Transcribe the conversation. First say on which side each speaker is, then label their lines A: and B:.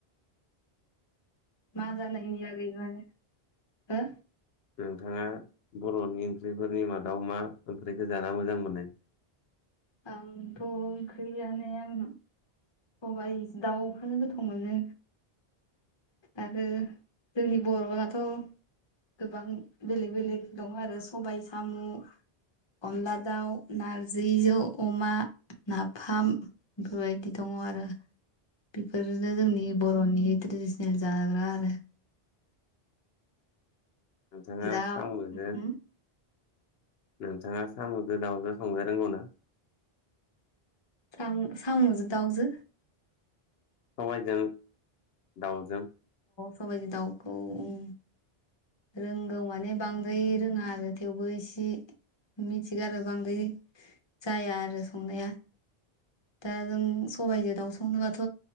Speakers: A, on the left (about 30°); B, on the left (about 75°).
A: मा जानायनि बागै माने हो।
B: नोंथाङा बर'नि ओंख्रिफोरनि मादाव मा ओंख्रिखौ जाना मोजां मोनो।
A: आंथ' ओंख्रिआनो आंना। सबाय दाउखोनो गोथाव मोनो। आरो जोंनि बर'आथ'। गोबां बेलेग बेलेग दं आरो सबाय सामु। अनला दाउ नारजि जौ। अमा नाफाम बेफोरबायदि दङ आरो। बेफोरनो जोंनि बर'नि ट्रेडिसनेल जानाग्रा आरो।
B: नोंथाङा
A: दा
B: साम
A: होम
B: बिजों। नोंथाङा साम'जों दाउजों संनो रोंगौ ना।
A: सामु सामुजो दाउजो।
B: सबायजों दाउजों।
A: सबाय जो दाउखौ उम। रोंगौ माने बांद्राय रोङा आरो थेवबो इसे। मिथिगारो बांद्राय जाया आरो संनाया। दा जों सबाइजों दाउ संनोबाथ'